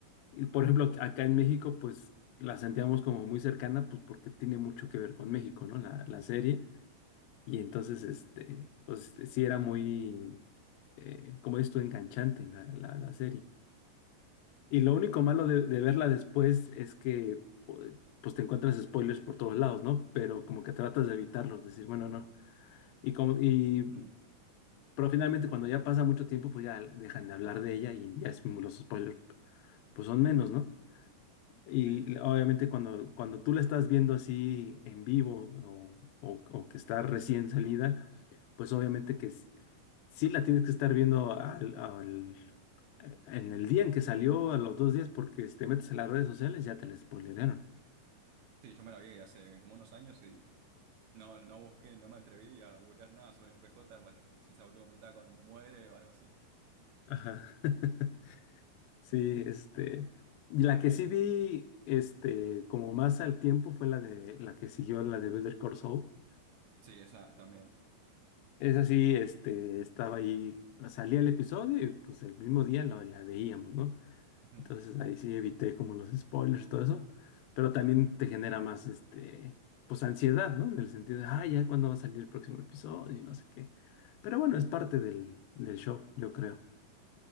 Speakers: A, on the left; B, on the right.
A: Y, por ejemplo, acá en México, pues la sentíamos como muy cercana, pues porque tiene mucho que ver con México,
B: <laughs>
A: ¿no? La, la serie.
B: Sí,
A: Y entonces, este, pues sí era muy, eh, como esto, enganchante la, la, la serie. Y lo
B: y
A: único
B: bueno,
A: malo de, de verla después es que, pu- pues te encuentras spoilers por todos lados, ¿no? Pero como que tratas de evitarlos, decir, bueno, no. Y, como, y,
B: <laughs> ujú,
A: pero finalmente cuando ya pasa mucho tiempo, pues ya dejan de hablar de ella y ya es- los spoilers, pues son menos, ¿no? Y
B: sí,
A: obviamente cuando, cuando tú la estás viendo así en vivo o, o- o que está recién salida, pues obviamente que s- sí la tienes que estar viendo al, al- eh, en el día en que salió, a los dos días, porque si te metes a las redes sociales ya te la spoilearon.
B: sí, yo me lo vi hace como unos años y No, no busqué, no me atreví a googlear nada sobre un PJ para <laughs> si se autocompletaba con muere o algo así. <laughs>
A: Ajá. <laughs> Sí, este. Y
B: Se
A: la
B: pasan.
A: que sí vi, este, como más al tiempo fue la de la que siguió la de Better Call Saul.
B: Sí, esa también.
A: Es así, este, estaba ahí, salía el episodio y pues el mismo día la, la veíamos, ¿no?
B: Ujú.
A: Entonces ahí sí evité como los spoilers y todo eso, pero también te genera más, este, pues ansiedad, ¿no? En el sentido de, ah, ya cuándo va a salir el próximo episodio y no sé qué. Pero bueno, es parte del, del show, yo creo.